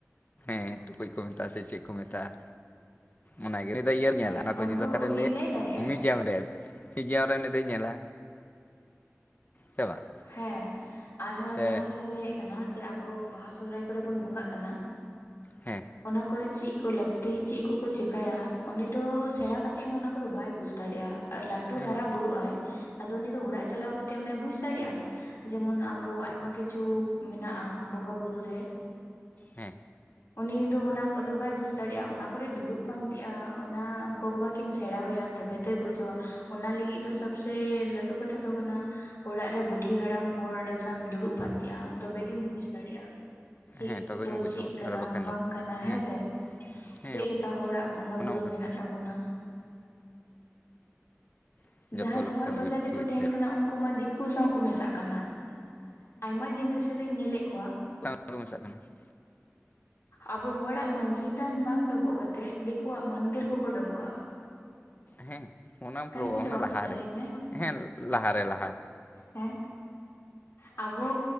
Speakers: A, on the left (about 35°); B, on the left (about 65°).
A: ᱦᱮᱸ ᱴᱩᱠᱩᱡ ᱠᱚ ᱢᱮᱛᱟᱜᱼᱟ ᱥᱮ ᱪᱮᱫ ᱠᱚ ᱢᱮᱛᱟᱜᱼᱟ ᱚᱱᱟᱜᱮ, ᱱᱚᱛᱮ ᱫᱚ ᱤᱭᱟᱹᱢ ᱧᱮᱞᱟ
B: ᱦᱮᱸ
A: ᱚᱱᱟ ᱠᱚ
B: ᱩᱱᱠᱩ
A: ᱡᱩᱫᱟᱹ ᱠᱟᱨᱮ
B: ᱩᱱᱤ
A: ᱞᱟᱹᱭ
B: ᱫᱟᱲᱮᱭᱟᱜᱼᱟ
A: <unintelligible> ᱢᱤᱭᱡᱤᱭᱟᱢ ᱨᱮ ᱢᱤᱭᱩᱡᱤᱭᱟᱢ ᱨᱮ ᱩᱱᱤ ᱩᱱᱤ ᱫᱚᱭ ᱧᱮᱞᱟ ᱥᱮ ᱵᱟᱝ
B: ᱦᱮᱸ ᱟᱨᱦᱚᱸ
A: ᱥᱮ
B: ᱡᱟᱦᱧ ᱞᱟᱹᱭᱮᱫ ᱠᱟᱱᱟ ᱡᱮ ᱟᱵᱚ ᱵᱟᱦᱟ ᱥᱚᱦᱨᱟᱭ ᱠᱚᱨᱮ ᱵᱚᱱ ᱵᱚᱸᱜᱟᱜ ᱠᱟᱱᱟ
A: ᱦᱮᱸ
B: ᱚᱱᱟᱠᱚᱨᱮ ᱪᱮᱫᱠᱚ ᱞᱟᱹᱠᱛᱤ ᱪᱮᱫ ᱠᱚᱠᱚ ᱪᱮᱤᱠᱟᱭᱟ ᱩᱱᱤ ᱫᱚ ᱥᱮᱬᱟ ᱠᱟᱛᱮᱫ ᱦᱚᱸ ᱚᱱᱟ ᱠᱚᱫᱚ ᱵᱟᱭ ᱵᱩᱡᱽ ᱫᱟᱲᱮᱭᱟᱜᱼᱟ ᱞᱟᱟᱹᱴᱩ
A: ᱦᱮᱸ
B: ᱦᱟᱨᱟ ᱵᱩᱨᱩᱜ ᱟᱭ ᱟᱫᱚ ᱩᱱᱤ ᱫᱚ ᱚᱲᱟᱜ ᱪᱟᱞᱟᱣ ᱠᱟᱛᱮᱜ ᱚᱱᱟᱭ ᱵᱩᱡ ᱫᱟᱲᱮᱭᱟᱜᱼᱟ ᱡᱮᱢᱚᱱ ᱟᱵᱳ
A: ᱪᱮᱫ?
B: ᱟᱭᱢᱟ ᱠᱤᱪᱷᱩ ᱢᱮᱱᱟᱜᱼᱟ ᱵᱚᱸᱜᱟ ᱵᱩᱨᱩ ᱨᱮ
A: ᱦᱮ
B: ᱩᱱᱤ ᱫᱚ ᱚᱱᱟᱫᱚ ᱵᱟᱭ ᱵᱩᱡ ᱫᱟᱲᱮᱭᱟᱜᱼᱟ ᱚᱱᱟᱠᱨᱮ ᱫᱩᱲᱩᱵ ᱯᱟᱱᱛᱤᱜᱼᱟ, ᱚᱱᱟ ᱜᱚ ᱵᱟᱵᱟ ᱠᱤᱱ ᱥᱮᱬᱟᱶ ᱟᱭᱟ ᱛᱚᱵᱮ ᱵᱩᱡᱷᱟᱹᱣᱟ ᱚᱱᱟ ᱞᱟᱹᱜᱤᱫ ᱫᱚ ᱥᱟᱵᱥᱮ ᱞᱟᱹᱴᱩ ᱠᱟᱛᱷᱟ ᱫᱚ ᱠᱟᱱᱟ ᱚᱲᱟᱜ ᱨᱮ ᱵᱩ ᱵᱩᱰᱤ ᱦᱟᱲᱟᱢ ᱦᱚᱲ ᱥᱟᱢ ᱫᱩᱲᱩᱵ ᱯᱟᱱᱛᱮ-ᱟ ᱛᱚᱵᱮ ᱜᱮᱢ ᱵᱩᱡ ᱫᱟᱲᱮᱜᱼᱟ᱾ ᱪᱮᱫ
A: ᱦᱮᱸ ᱛᱚᱵᱮᱜᱮᱢ
B: ᱫᱚ
A: ᱵᱩᱡᱷᱟᱹᱣᱟ
B: ᱪᱮᱫ ᱠᱟᱱᱟ
A: ᱟᱨ ᱵᱟᱠᱷᱟᱱ
B: ᱵᱟᱝ
A: ᱫᱚ
B: ᱠᱟᱱᱟ ᱦᱮᱸᱥᱮ
A: ᱦᱮᱸ ᱦᱮᱸ
B: ᱪᱮᱜ ᱞᱮᱠᱟ ᱦᱚᱲᱟᱜ ᱵᱚᱸᱜᱟ
A: ᱚᱱᱟ
B: ᱵᱩᱨᱩ
A: ᱢᱟ ᱠᱟᱱᱟ
B: ᱢᱮᱱᱟᱜ ᱛᱟᱵᱚᱱᱟ
A: ᱦᱮᱸ ᱡᱚᱛᱚ
B: ᱡᱟᱦᱟᱸᱭ
A: ᱞᱮᱠᱟᱢ
B: ᱥᱚᱦᱚᱨ ᱵᱟᱡᱟᱨ
A: ᱵᱩᱡᱽ
B: ᱨᱮᱠᱚ
A: ᱛᱤᱭᱳᱜ
B: ᱛᱟᱦᱮᱱ ᱠᱟᱱᱟ ᱩᱱᱠᱩ ᱢᱟ ᱫᱤᱠᱩ ᱥᱟᱶ ᱠᱚ ᱢᱮᱥᱟᱜ ᱠᱟᱱᱟ ᱟᱭᱢᱟ ᱡᱱᱟᱨᱮᱥᱚᱱ ᱨᱮᱧ ᱧᱮᱞᱮᱫ ᱠᱚᱣᱟ᱾
A: ᱠᱚ ᱢᱮᱥᱟᱜ ᱠᱟᱱᱟ <inaudible> ᱠᱚᱣᱟ
B: ᱟᱵᱚ ᱦᱚᱲᱟᱜ ᱢᱟᱺᱡᱷᱤ ᱛᱷᱟᱱ ᱵᱟᱝ ᱰᱚᱵᱚᱜ ᱠᱟᱛᱮᱜ ᱫᱤᱠᱩᱣᱟᱜ ᱢᱟᱹᱱᱫᱤᱨ ᱠᱚᱠᱚ ᱰᱚᱵᱚᱜᱼᱟ᱾
A: ᱦᱮᱸ
B: ᱠᱟᱱᱟ
A: ᱚᱱᱟ
B: ᱥᱮ ᱵᱟᱝ
A: ᱞᱟᱦᱟᱨᱮ
B: ᱠᱟᱱᱟ ᱞᱟᱹᱭ ᱢᱮ
A: ᱦᱮᱸ ᱞᱟᱦᱟᱨᱮ ᱞᱟᱦᱟᱨᱮ
B: ᱦᱮᱸ ᱟᱵᱚ